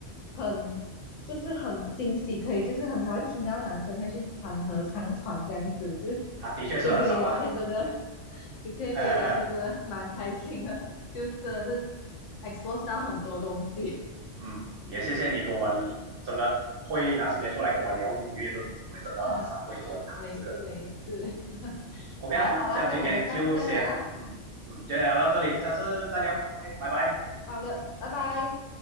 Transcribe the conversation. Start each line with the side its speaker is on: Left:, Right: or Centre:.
Left: 很就是很惊喜，可以就是很少会听到男生会去参合唱团这样子，就是
Right: 啊，的确是很少啦。
Left: 今天跟你聊天真的，<laughs> 今天跟你聊天真的蛮开心的，
Right: <laughs>
Left: 就真的是 expose 到很多东西，
Right: 嗯，也谢谢你跟我真的会拿时间出来跟我聊音乐的东西，因为真的很少会跟我谈这个。
Left: <laughs> 哈哈，没事没事，<laughs>
Right: OK
Left: 好啦好啦，
Right: 啦，这样今天就先嗯嗯，
Left: 这样我们下次再聊啦，
Right: 今就聊到这里，下次再聊。OK，拜拜。
Left: 好的，拜拜。